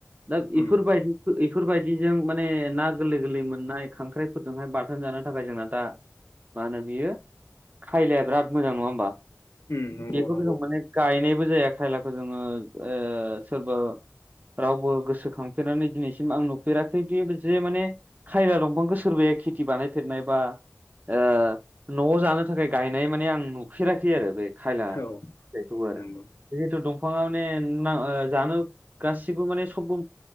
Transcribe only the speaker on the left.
उम
उम नंगौ
नंगौ
औ
नंगौ